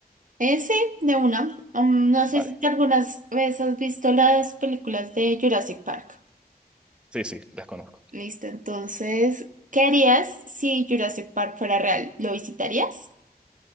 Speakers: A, on the right; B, in the centre.
A: Eh, sí, de una. Um, no
B: Vale.
A: sé si te algunas veces has visto las películas de Jurassic Park.
B: Sí, sí, las conozco.
A: Listo, entonces, ¿qué harías si Jurassic Park fuera real? ¿Lo visitarías?